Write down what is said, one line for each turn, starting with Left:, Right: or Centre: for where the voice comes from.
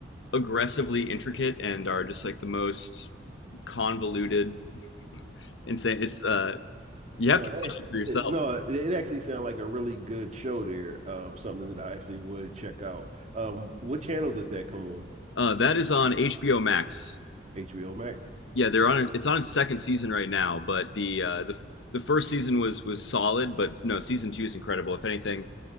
Left: aggressively intricate and are just like the most convoluted, insane. It's uh, you
Right: No,
Left: have to
Right: that,
Left: watch it for yourself.
Right: it- no, it it actually sounds like a really good show there. Um, something that I actually would check out. Um, what channel does that come on?
Left: Uh, that is on HBO Max.
Right: HBO Max.
Left: Yeah, they're on. A, it's on its second season right now, but the uh, the the first season was was solid, but no, season two is incredible. If anything,